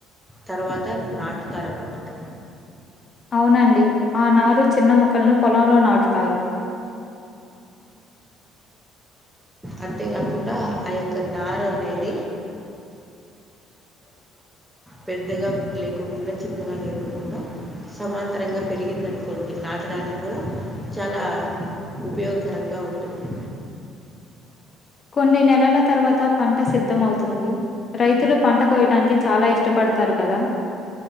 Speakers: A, in the centre; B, on the left.
A: తర్వాత నాటుతారన్నమాట.
B: అవునండి ఆ నారు చిన్న మొక్కలను పొలంలో నాటుతారు.
A: అంతేకాకుండా ఆ యొక్క నారు అనేది. పెద్దగా లేకోకుండా చిన్నగా లేకోకుండా సమాంతరంగా పెరిగిందినుకోండి. నాటడానికి కూడా చాలా ఉపయోగకరంగా ఉంటుంది.
B: కొన్ని నెలల తర్వాత పంట సిద్ధమవుతుంది. రైతులు పంట కోయటానికి చాలా ఇష్టపడతారు కదా.